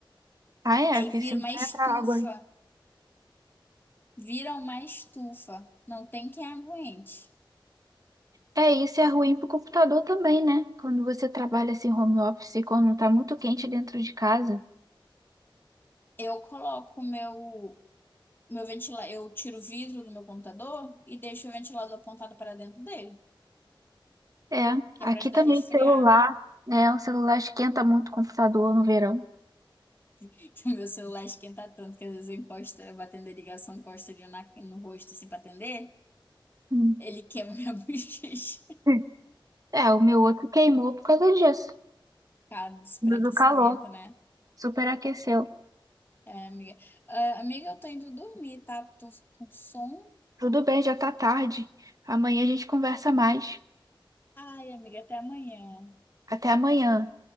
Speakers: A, on the right (about 45°); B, on the left (about 25°).
A: Ah, é?
B: Aí
A: Porque
B: vira
A: você não
B: uma estufa.
A: entra água.
B: Vira uma estufa. Não tem quem aguente.
A: É, isso é ruim pro computador também, né? Quando você trabalha assim home office, quando tá muito quente dentro de casa.
B: Eu coloco o meu, meu ventilador. Eu tiro o vidro do meu computador e deixo o ventilador apontado para dentro dele,
A: É,
B: que
A: aqui
B: é para ajudar
A: também
B: a resfriar.
A: celular, né? O celular esquenta muito o computador no verão.
B: <laughs> Então, Meu celular esquenta tanto que às vezes eu encosto, eu vou atender ligação, encosto ele na, no rosto assim pra atender.
A: Hum.
B: Ele queima minha <laughs> bochecha.
A: <laughs> É, o meu outro queimou por causa disso,
B: Cara, enfraquecimento,
A: do calor,
B: né?
A: superaqueceu.
B: É, amiga. Ah, amiga, eu tô indo dormir, tá? Tô com sono.
A: Tudo bem, já tá tarde. Amanhã a gente conversa mais.
B: Ai, amiga, até amanhã.
A: Até amanhã.